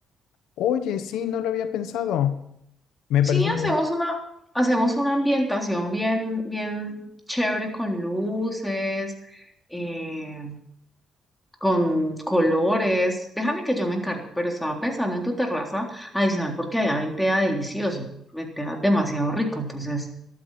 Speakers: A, on the left; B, in the centre.
A: Oye, sí, no lo había pensado. Me
B: Sí,
A: parece muy...
B: hacemos
A: bien.
B: una, hacemos una ambientación bien, bien chévere con luces, eh, con colores. Déjame que yo me encargo, pero estaba pensando en tu terraza adicional porque allá ventea delicioso, ventea demasiado rico, entonces